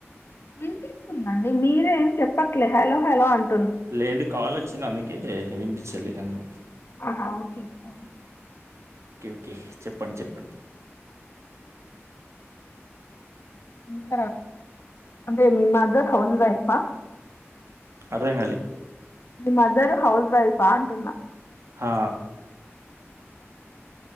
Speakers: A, on the left; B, on the right.
A: వినిపిస్తుందండి మీరే ఏం చెప్పట్లే హలో హలో ఆన్
B: లేదు కాల్ ఓచ్చింది అందుకే వినిపించలే అందుకు
A: హా ఓకే ఓ
B: ఓకే ఓకే చెప్పండి చెప్పండి
A: ఇంత అంటే మీ మదర్ హౌస్ వైఫా
B: అర్థం కాలే
A: మీ మదర్ హౌస్ వైఫా అంటున్నా
B: ఆ